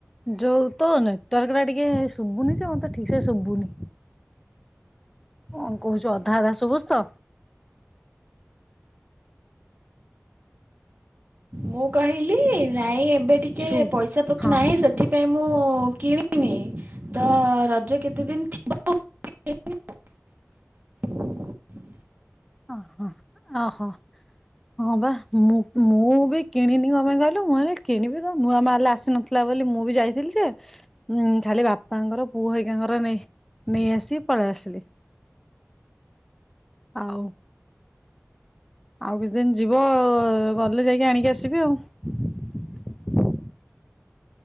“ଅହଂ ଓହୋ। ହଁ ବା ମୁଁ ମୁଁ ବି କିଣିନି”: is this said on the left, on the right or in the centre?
Centre